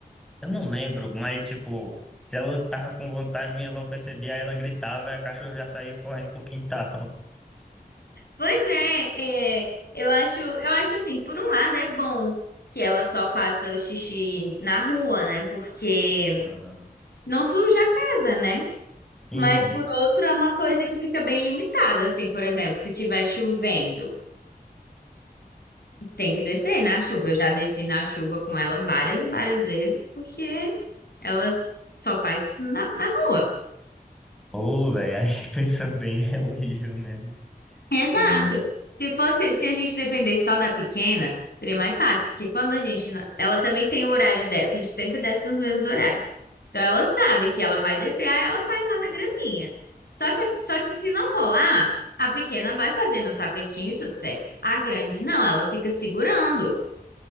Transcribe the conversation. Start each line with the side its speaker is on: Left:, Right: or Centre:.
Centre: eu não lembro, mas tipo, se ela tava com vontade, minha avó percebia, aí ela gritava, e a cachorra já saía correndo pro quintal.
Left: Pois é, é, eu acho, eu acho assim, por um lado é bom que ela só faça o xixi na rua, né? Porque
Centre: Aham.
Left: não suja a casa, né?
Centre: Sim,
Left: Mas
Centre: sim.
Left: por outro é uma coisa que fica bem limitada, assim, por exemplo, se tiver chovendo. Tem que descer na chuva. Eu já desci na chuva com ela várias e várias vezes, porque ela só faz isso na, na rua.
Centre: Pô, velho, aí <laughs> pensando bem, é horrível mesmo.
Left: Exato.
Centre: É.
Left: Se fosse, se a gente dependesse só da pequena, seria mais fácil, porque quando a gente, não- ela também tem o horário dela, que a gente sempre desce nos mesmos horários. Então ela sabe que ela vai descer, aí ela faz lá na graminha. Só que, só que se não rolar, a pequena vai fazendo o tapetinho e tudo certo. A grande não, ela fica segurando.